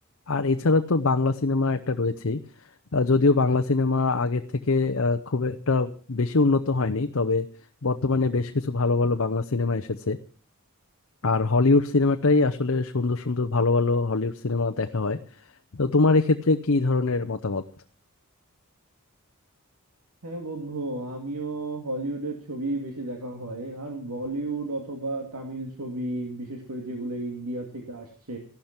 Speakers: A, on the left; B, on the right.
A: আর এছাড়া তো বাংলা সিনেমা একটা রয়েছেই আহ, যদিও বাংলা সিনেমা আগের থেকে আহ, খুব একটা বেশি উন্নত হয়নি তবে বর্তমানে বেশ কিছু ভালো ভালো বাংলা সিনেমা এসেছে আর হলিউড সিনেমাটাই আসলে সুন্দর সুন্দর ভালো ভালো হলিউড সিনেমা দেখা হয় তো তোমার এক্ষেত্রে কি ধরনের মতামত
B: হ্যাঁ বন্ধু আমিও হলিউডের ছবি বেশি দেখা হয় আর বলিউড অথবা তামিল ছবি বিশেষ করে যেগুলো ইন্ডিয়া থেকে আসছে